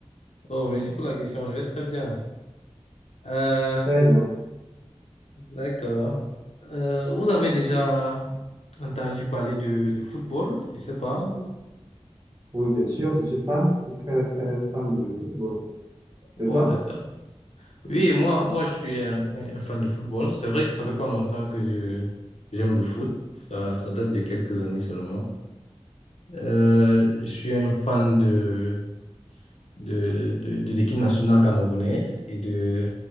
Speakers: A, on the left; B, on the right.
A: Oh, merci pour la question, je vais très bien. Euh,
B: Très bien.
A: d'accord. Euh, vous avez déjà entendu parler de, de football, je sais pas.
B: Oui, bien sûr, je suis fan. Je suis très, très fan de football. Et
A: Oh,
B: toi?
A: d'accord. Oui, moi, moi, je suis un, un- un fan de football. C'est vrai que ça fait pas longtemps que je j'aime le foot. Ça, ça date de quelques années seulement. Euh, je suis un fan de, de, de, de l'équipe nationale camerounaise et de,